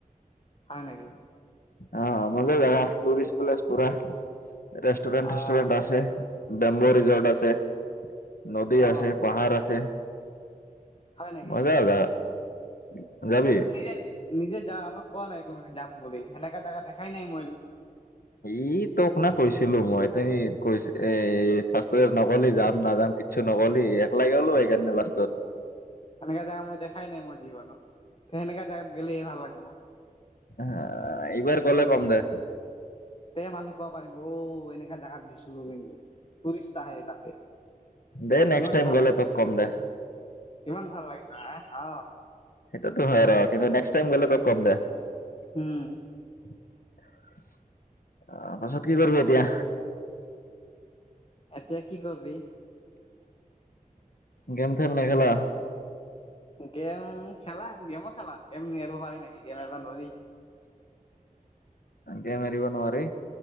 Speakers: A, on the left (about 40°); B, on the left (about 75°).
A: হয় নেকি?
B: অহ, মজা জাগা টুৰিষ্ট প্লেছ পুৰা। ৰেষ্টুৰেণ্ট ঠেষ্টুৰেণ্ট
A: অ',
B: আছে। বেম্ব ৰিজৰ্ট আছে। নদী
A: অ',
B: আছে পাহাৰ আছে।
A: হয় নেকি
B: মজা জাগা। উম, যাবি?
A: তইতো নিজে- নিজে যা আমাক কোৱা নাই কোনোদিন যাম বুলি। সেনেকা জেগা দেখাই নাই মই
B: ই তোক না কৈছিলো মই তুমি কৈছ এ ফাৰ্ষ্টট নকলি যাম নাযাম কিছু নকলি একলাগে হলো সেইকাৰণে লাষ্টত
A: সেনেকা জেগা মই দেখাই নাই মোৰ জীৱনত। সেনেকা জাগাত গেলেহে ভাল লাগব।
B: হ এইবাৰ গলে কম দে।
A: তে মানুহ কব পাৰিম ঔ, এনেকা জেগাত গৈছিলোঁ কিন্তু, টুৰিষ্ট আহে তাতে,
B: দে নেক্সট
A: কিমান
B: টাইম
A: ভাল
B: গ'লে
A: লাগে,
B: তোক কম দে
A: ইমান ভাল লাগিল না হ। অ।
B: সেইটোৱে হয় আৰু কিন্তু নেক্সট টাইম গলে ত কম দে। তাৰ
A: উম,
B: পাছত কি কৰিবি এতিয়া?
A: এতিয়া কি কৰবি?
B: গেমথেম নে খেলা?
A: গেম খেলা, গেমো খেলাম গেম এৰব পাৰি নকি গেমে। ধ নি
B: গেম এৰিব নোৱাৰি।